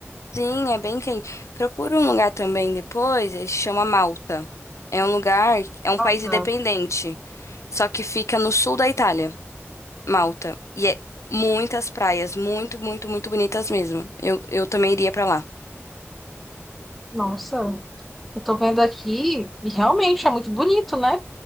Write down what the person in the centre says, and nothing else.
Tá.
Nossa, eu tô vendo aqui e realmente é muito bonito, né?